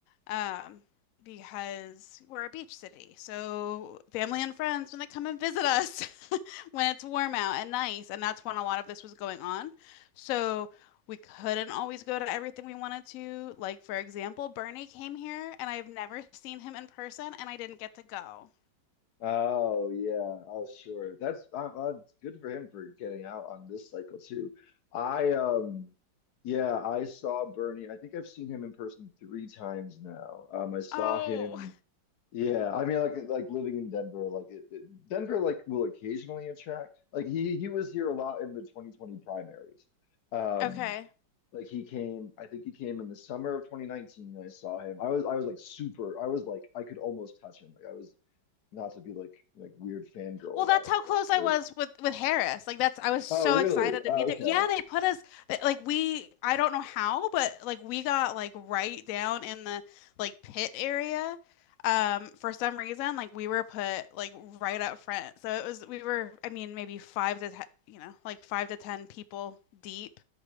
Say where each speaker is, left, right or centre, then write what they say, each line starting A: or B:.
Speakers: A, on the left (about 90°); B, on the left (about 60°).
A: um, because we're a beach city. So family and friends when they come and visit us <laughs> when it's warm out and nice, and that's when a lot of this was going on. So we couldn't always go to everything we wanted to. Like for example, Bernie came here, and I have never seen him in person, and I didn't get to go.
B: Oh yeah. Oh sure. That's uh, uh, it's good for him for getting out on this cycle too. I um yeah, I saw Bernie. I think I've seen him in person three times now. Um, I saw
A: Oh,
B: him. Yeah, I mean like like living in Denver, like it, it- Denver like will occasionally attract. Like he he was here a lot in the 2020 primaries. Um,
A: okay.
B: Like he came, I think he came in the summer of 2019. And I saw him. I was I was like super. I was like I could almost touch him. Like I was not to be like like weird fangirl
A: Well,
B: about
A: that's
B: it,
A: how
B: but
A: close
B: like
A: I
B: I was.
A: was with with Harris. Like that's I was so
B: Oh really?
A: excited to
B: Oh
A: be there.
B: okay,
A: Yeah, they put us they- like we I don't know how, but like we got like right down in the like pit area. Um, for some reason, like we were put like right up front. So it was we were I mean maybe five to ten, you know, like five to ten people deep.